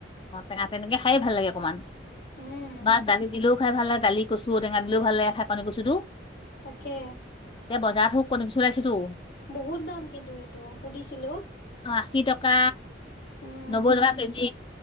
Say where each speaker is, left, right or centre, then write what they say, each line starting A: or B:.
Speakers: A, on the left (about 25°); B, on the left (about 55°).
A: অ' তেনেকে খায়ে ভাল লাগে অকমান।
B: উম,
A: বা দালি দিলেও খাই ভাল লাগে, দালি কচু ঔ টেঙা দিলেও ভাল লাগে খায় শা কচু টো।
B: তাকে।
A: এতিয়া বজাৰত হ কণ চলাইছেতো।
B: বহুত দাম কিন্তু সেইটো সুধিছিলো।
A: আশী টকা,
B: উম,
A: নবৈ টকা কেজি।